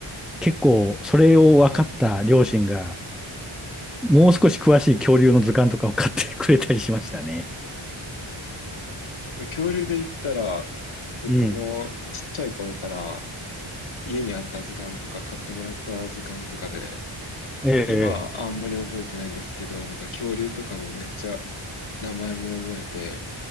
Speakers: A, in the centre; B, on the left.
A: 結構それを分かった両親が、
B: はい。
A: もう少し詳しい恐竜の図鑑とかを買ってくれたりしましたね。
B: うん恐竜で言ったら、僕もちっちゃい頃から、
A: うん。
B: 家にあった図鑑とか、買ってもらった図鑑とかで、
A: ええ、
B: まあ今、
A: ええ
B: あんまり覚えてないんですけど、なんか恐竜とかもめっちゃ、名前も覚えて、